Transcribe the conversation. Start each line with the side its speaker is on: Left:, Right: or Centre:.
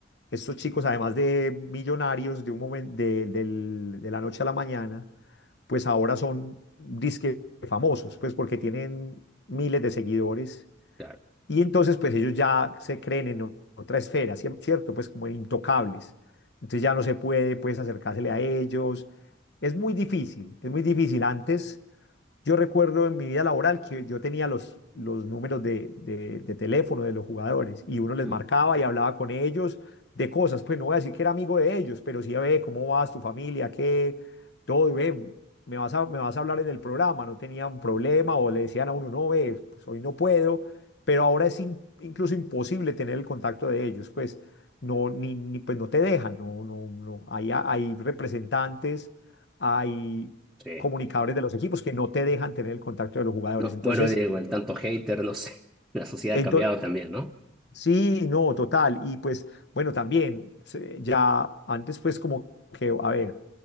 Left: estos chicos, además de millonarios de, un momen- de, del- de la noche a la mañana, pues ahora son disque famosos, pues porque tienen miles de seguidores.
Centre: Claro.
Left: Y entonces, pues ellos ya se creen en o- otra esfera, cier- ¿cierto? Pues como intocables. Entonces ya no se puede, pues, acercársele a ellos. Es muy difícil, es muy difícil. Antes yo recuerdo en mi vida laboral que yo tenía los, los números de, de- de teléfono de los jugadores y uno les
Centre: Mm,
Left: marcaba y hablaba con ellos de cosas. Pues no voy a decir que era amigo de ellos, pero sí, ve, ¿cómo vas, tu familia? ¿Qué? Todo, ve, me vas a, me vas a hablar en el programa. No tenían problema o le decían a uno, no, ve, pues hoy no puedo. Pero ahora es in- incluso imposible tener el contacto de ellos, pues no, ni, ni- pues no te dejan, no, no, no. Hay, hay representantes. Hay
Centre: Sí.
Left: comunicadores de los equipos que no te dejan tener el contacto de los jugadores.
Centre: No,
Left: Entonces,
Centre: bueno, digo, el tanto hater, no sé. <laughs> La sociedad
Left: entonces
Centre: ha cambiado también, ¿no?
Left: sí, no, total. Y pues, bueno, también, se- ya antes pues como que, a ver,